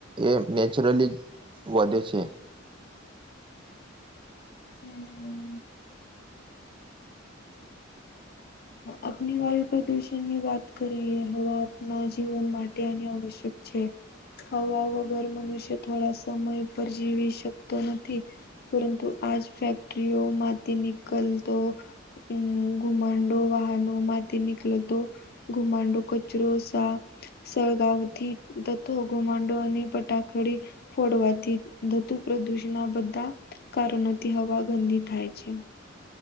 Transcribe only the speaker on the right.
એ નેચરલી વધે છે.